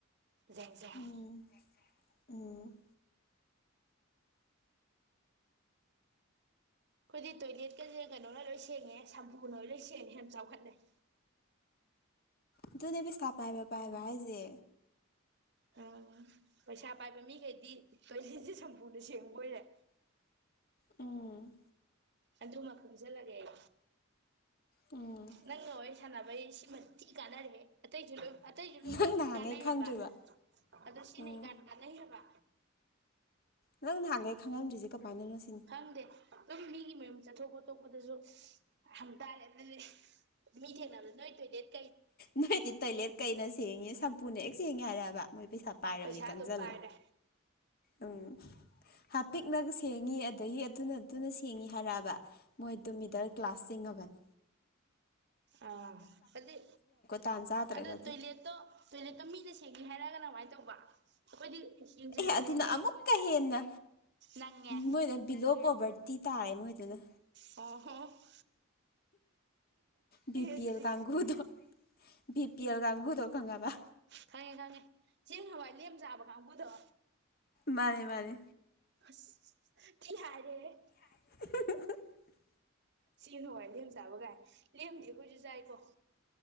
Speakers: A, on the right (about 55°); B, on the left (about 50°).
A: ꯖꯦꯡꯖꯦꯡ
B: ꯎꯝ ꯎꯝ꯫
A: ꯑꯩꯈꯣꯏꯗꯤ ꯇꯣꯏꯂꯦꯠꯀꯁꯦ ꯀꯩꯅꯣꯅ ꯂꯣꯏ ꯁꯦꯡꯉꯦ ꯁꯝꯄꯨ ꯂꯣꯏ ꯂꯣꯏ ꯁꯦꯡꯉꯦ ꯌꯥꯝ ꯆꯥꯎꯈꯠꯂꯦ
B: ꯑꯗꯨꯅꯦ ꯄꯩꯁꯥ ꯄꯥꯏꯕ ꯄꯥꯏꯕ ꯍꯥꯏꯁꯦ
A: <unintelligible> ꯄꯩꯁꯥ ꯄꯥꯏꯕ ꯃꯤꯈꯩꯗꯤ ꯀꯩꯂꯦꯟꯁꯦ ꯁꯝꯄꯨꯅ ꯁꯦꯡꯕ ꯑꯣꯏꯔꯦ
B: ꯎꯝ
A: ꯑꯗꯨꯃ ꯈꯪꯁꯤꯜꯂꯒꯦ ꯑꯩ
B: ꯎꯝ
A: ꯅꯪꯒ ꯋꯥꯔꯤ ꯁꯥꯟꯅꯕꯩ ꯁꯤꯃ ꯊꯤ ꯀꯥꯟꯅꯔꯦ ꯑꯇꯩꯁꯨ ꯂꯣꯏ ꯑꯇꯩꯁꯨ ꯂꯣꯏꯅꯃꯛꯕꯨꯗꯤ
B: ꯅꯪ ꯅꯍꯥꯟꯈꯩ
A: ꯀꯥꯟꯅꯩꯑꯦꯕ
B: ꯈꯪꯗ꯭ꯔꯤꯕ
A: ꯑꯗꯣ ꯁꯤꯅ
B: ꯎꯝ
A: ꯏꯀꯥꯟ ꯀꯥꯟꯅꯩꯑꯦꯕ
B: ꯅꯪ ꯅꯍꯥꯟꯒꯩ ꯈꯪꯉꯝꯗꯔꯤꯁꯦ ꯀꯃꯥꯏꯅꯅꯣ ꯁꯤꯅꯤ
A: ꯈꯪꯗꯦ ꯑꯗꯨꯝ ꯃꯤꯒꯤ ꯃꯌꯨꯝ ꯆꯠꯊꯣꯛ ꯈꯣꯇꯣꯛꯄꯗꯁꯨ ꯍꯪꯇꯥꯔꯦ ꯑꯗꯨꯗꯤ ꯃꯤ ꯊꯦꯡꯅꯕꯗ ꯅꯣꯢ ꯇꯣꯢꯂꯦꯠ
B: ꯅꯣꯏꯗꯤ ꯇꯣꯏꯂꯦꯠ ꯀꯩꯅ ꯁꯦꯡꯉꯦ ꯁꯝꯄꯨꯅ ꯍꯦꯛ ꯁꯦꯡꯉꯦ ꯍꯥꯏꯔꯕ ꯃꯣꯏ ꯄꯩꯁꯥ ꯄꯥꯏꯔꯕꯗꯤ
A: ꯄꯩꯁꯥ
B: ꯀꯪꯁꯤꯜꯂꯣ
A: ꯑꯗꯨꯝ ꯄꯥꯏꯔꯦ
B: ꯎꯝ ꯍꯥꯄꯤꯛꯅꯒ ꯁꯦꯡꯉꯤ ꯑꯗꯒꯤ ꯑꯗꯨꯨ ꯑꯗꯨꯅ ꯁꯦꯡꯉꯤ ꯍꯥꯏꯔꯕ ꯃꯣꯏꯗꯨ ꯃꯤꯗꯜ ꯀ꯭ꯂꯥꯁ ꯆꯤꯡꯂꯕꯅꯤ
A: ꯑ ꯑꯗꯤ
B: ꯇꯥꯟ ꯆꯥꯗ꯭ꯔꯒꯗꯤ
A: ꯑꯗꯨ ꯇꯣꯢꯂꯦꯠꯇꯣ ꯇꯣꯏꯂꯦꯠꯗ ꯃꯤꯅ ꯁꯦꯡꯉꯤ ꯍꯥꯏꯔꯒꯅ ꯀꯃꯥꯏꯅ ꯇꯧꯕ ꯑꯩꯈꯣꯏꯗꯤ ꯌꯦꯡꯁꯤꯜꯂꯨꯗꯦꯅꯦ
B: ꯑꯦꯍ ꯑꯗꯨꯅ ꯑꯃꯨꯛꯀ ꯍꯦꯟꯅ
A: ꯅꯪꯉꯦ
B: ꯃꯣꯏꯅ ꯕꯤꯂꯣ ꯄꯣꯕꯔꯇꯤ ꯇꯥꯔꯦ ꯃꯣꯏꯗꯨꯅ
A: ꯑꯣ ꯍꯣ
B: ꯕꯤ ꯄꯤ
A: ꯑꯗꯨꯗꯤ
B: ꯑꯦꯜ ꯀꯥꯡꯒꯨꯗꯣ ꯕꯤ ꯄꯤ ꯑꯦꯜ ꯀꯥꯡꯒꯨꯗꯣ ꯈꯪꯉꯕ꯫
A: ꯈꯪꯉꯦ ꯈꯪꯉꯦ ꯆꯦꯡ ꯍꯋꯥꯏ ꯂꯦꯝ ꯆꯥꯕ ꯀꯥꯡꯕꯨꯗꯣ꯫
B: ꯃꯥꯅꯦ ꯃꯥꯅꯦ
A: ꯑꯁ ꯊꯤ ꯌꯥꯏꯔꯦꯍꯦ
B: <unintelligible>
A: ꯆꯦꯡ ꯍꯋꯥꯏ ꯂꯦꯝ ꯆꯥꯕꯒꯥꯏ ꯂꯦꯝꯗꯤ ꯑꯈꯣꯏꯖꯨ ꯆꯥꯏꯀꯣ